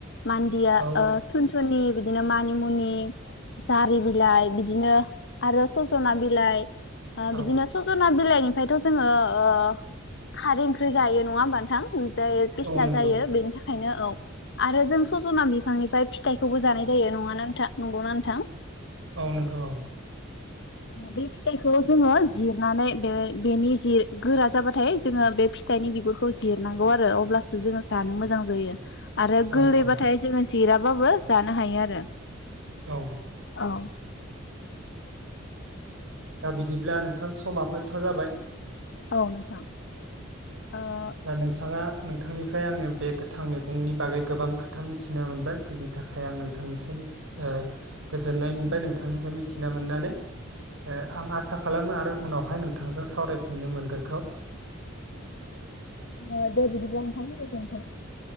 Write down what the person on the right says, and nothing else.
औ
औ
औ नंगौ
औ नंगौ।
औ
औ
औ
दा बिदिब्ला नोंथां समाबोथ' जाबाय।
दा नोंथाङा नोंथांनि ओमफ्राय आङो बे गोथां मैगंनि बागै गोबां खो खोथा मिथिना मोनबाय बिनि थाखाय आं नोंथांनिसिम ओ गोजोननाय मोनबाय नों बिथांनिफ्राय मिथिना मोननानै। ओ आं आसा खालामो आरो उनावहाय नोंथांजों सावरायफिननो मोनगोनखौ